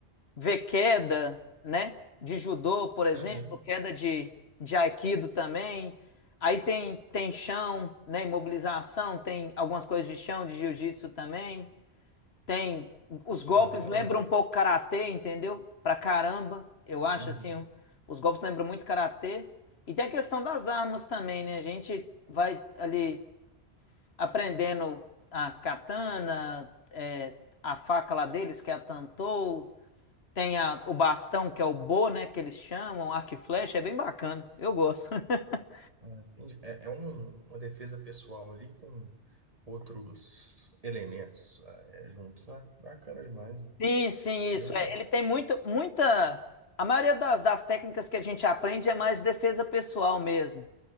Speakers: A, on the left; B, on the right.
A: ver queda, né? De judô, por exemplo,
B: Uhum.
A: queda de, de aikido também. Aí tem, tem chão, né? Imobilização, tem algumas coisas de chão, de jiu-jitsu também. Tem. Os golpes
B: Ah, legal.
A: lembram
B: né?
A: um pouco karatê, entendeu? Pra caramba, eu acho
B: Uhum.
A: assim. Os golpes lembram muito karatê. E tem a questão das armas também, né? A gente vai ali aprendendo a katana, é, a faca lá deles, que é a tantou. Tem a- o bastão, que é o bo, né, que eles chamam, arco e flecha, é bem bacana. Eu gosto. <laughs>
B: Ah, entendi. É, é um- uma defesa pessoal ali com outros elementos ah, é, juntos, né? Bacana demais. né?
A: Sim, sim,
B: Eu.
A: isso. É, ele tem muito, muita. A maioria das, das técnicas que a gente aprende é mais defesa pessoal mesmo.